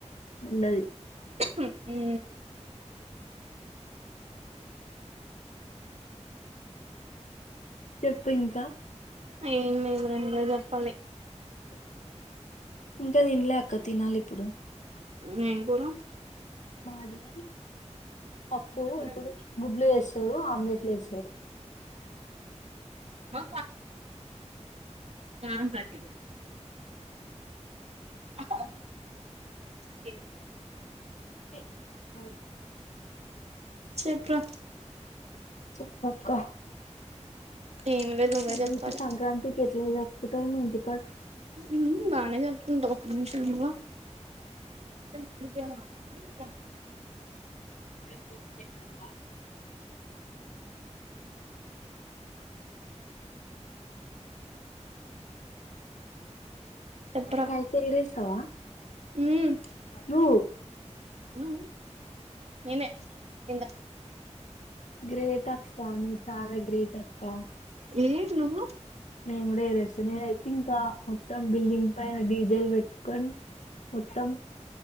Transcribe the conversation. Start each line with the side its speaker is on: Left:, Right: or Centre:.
Left: ఉండది
Right: <unintelligible> ఊ
Left: చెప్పు ఇంకా
Right: ఏం లేదురా నువ్వే జప్పాలి
Left: ఇం ఇంగ తినలే అక్క తినాలి ఇప్పుడు
Right: ఉ ఎం కూర
Left: మాది పప్పు
Right: ఉహు
Left: ఇప్పుడు గుడ్లు వేస్తారు ఆమ్లెట్లు వేస్తారు
Right: <inaudible> కారం ప్యాకెట్ <unintelligible> ఆహ గే
Left: ఒకే స్వారీ
Right: చెప్పురా
Left: చెప్పక్క
Right: ఏం లేదు నువ్వే
Left: నీకు
Right: చెప్పాలి
Left: సంక్రాంతికి ఎ చీర కట్టుకు తొంగొంటి
Right: ఉ ఉ బానే జరుపుకుంటవు మంచునవ <unintelligible>
Left: ప్రతీపు ఫ్రెండబ్బ
Right: చెప్పరా
Left: కైట్ ఎగ్రేసవా
Right: ఉమ్
Left: నువ్వు
Right: ఉమ్ నేనే కింద
Left: గ్రేట్ అక్క నువ్వు చాలా గ్రేట్ అక్క
Right: ఏ నువ్వు
Left: నేను కూడా ఎగరేస్తా నేనయితే ఇంకా మొత్తం బిల్డింగ్ పైన డీజెల్ పెట్టి క్కన్ మొత్తం